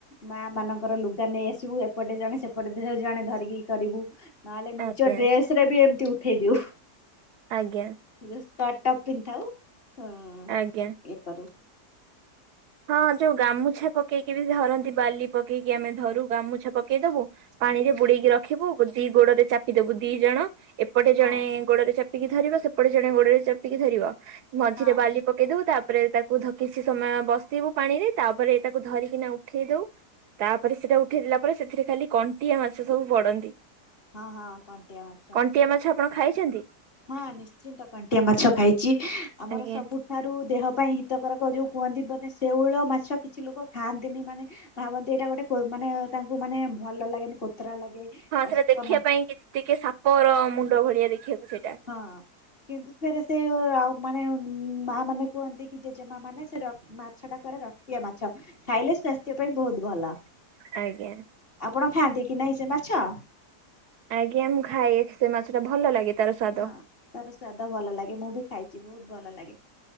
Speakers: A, on the left; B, on the right.
A: ମା ମାନଙ୍କର ଲୁଗା ନେଇଆସିବୁ ଏପଟେ ଜଣେ ସେପଟେ ଜଣେ ଧ ଜଣେ ଧରିକି କରିବୁ। ନହେଲେ ନିଜ
B: ଆଜ୍ଞା
A: ଡ୍ରେସ ରେ ବି ଏମିତି ଉଠେଇ ଦିଉ।
B: ଆଜ୍ଞା।
A: ଏ ସ୍କର୍ଟ ଟା ପିନ୍ଧିଥାଉ ଅ ଇଏ
B: ଆଜ୍ଞା।
A: କରୁ।
B: ହଁ ଯୋଉ ଗାମୁଛା ପକେଇକି ବି ଧରନ୍ତି ବାଲି ପକେଇକି ଆମେ ଧରୁ ଗାମୁଛା ପକେଇ ଦବୁ ପାଣିରେ ବୁଡେଇକି ରଖିବୁ, ଦି ଗୋଡରେ ଚାପିଦବୁ ଦି ଜଣ। ସେପଟେ ଜଣେ
A: ହଁ
B: ଗୋଡରେ ଚାପିକି ଧରିବ ସେପଟେ ଜଣେ ଗୋଡରେ ଚାପିକି ଧରିବ। ମଝିରେ
A: ହଁ।
B: ବାଲି ପକେଇଦବୁ, ତାପରେ ତାକୁ ଧ କିଛି ସମୟ ବ ଶିବୁ ପାଣିରେ, ତାପରେ ଏଇଟାକୁ ଧରିକିନା ଉଠେଇ ଦଉ। ତାପରେ ସେଟା ଉଠେଇଦେଲା ପରେ, ସେଥିରେ ଖାଲି କଣ୍ଟିଆ ମାଛ ସବୁ ପଡନ୍ତି।
A: ହଁ ହଁ କଣ୍ଟିଆ ମାଛ।
B: କଣ୍ଟିଆ ମାଛ ଆପଣ ଖାଇଛନ୍ତି?
A: ହଁ ନିଶ୍ଚିନ୍ତ କଣ୍ଟିଆ ମାଛ ଖାଇଛି। ଆମର
B: ଆଜ୍ଞା
A: ସବୁ ଠାରୁ ଦେହ ପାଇଁ ହିତକାରକ ଯୋଉ କୁହନ୍ତି, ମାନେ ଶେଉଳ ମାଛ କିଛି ଲୋକ ଖାଆନ୍ତିନି ମାନେ ଭାବନ୍ତି ଏଇଟା ଗୋଟେ କୋ ମାନେ ତାଙ୍କୁ ମାନେ ଭଲ ଲାଗେନି କୋତରା ଲାଗେ।
B: ହଁ ସେଇଟା
A: ଅସନା
B: ଦେଖିବା ପାଇଁ କି ଟିକେ ସାପର ମୁଣ୍ଡ ଭଳିଆ ଦେଖିବାକୁ ସେଇଟା।
A: ହଁ କିନ୍ତୁ ଫେରେ ସେ ଅ ମାନେ ମା ମାନେ କୁହନ୍ତି କି ଜେଜେମାମାନେ ସେ ର ମାଛଟା କାଳେ ରକ୍ତୀଆ ମାଛ ଖାଇଲେ ସ୍ୱାସ୍ଥ୍ୟ ପାଇଁ ବହୁତ ଭଲ।
B: ଆଜ୍ଞା।
A: ଆପଣ ଖାଆନ୍ତି କି ନାହିଁ ସେ ମାଛ?
B: ଆଜ୍ଞା ମୁଁ ଖାଏ ସେ ମାଛଟା ଭଲ ଲାଗେ। ତାର ସ୍ଵାଦ।
A: ହଁ ତାର ସ୍ଵାଦ ଭଲ ଲାଗେ। ମୁଁ ବି ଖାଇଛି ବହୁତ ଭଲ ଲାଗେ।